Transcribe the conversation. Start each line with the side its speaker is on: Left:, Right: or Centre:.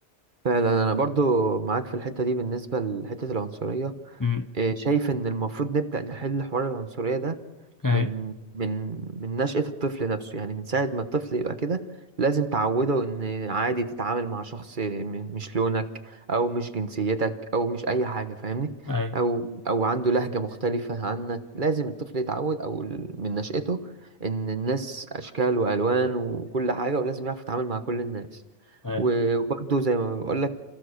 Right: فعلا انا برضو معاك في الحتة دي بالنسبة لحتة العنصرية
Left: أمم،
Right: إيه، شايف ان المفروض نبدأ نحل حوار العنصرية ده
Left: أي
Right: من من من نشأة الطفل نفسه يعني من ساعة ما الطفل يبقى كده لازم تعوده إن عادي تتعامل مع شخص م- مش لونك أو مش جنسيتك أو مش أي حاجة فاهمني
Left: أي
Right: أو أو عنده لهجة مختلفة عنك لازم الطفل يتعود أو ال- من نشأته إن الناس أشكال وألوان وكل حاجة ولازم يعرف يتعامل مع كل الناس
Left: أي
Right: و- وبرضه زي ما بقول لك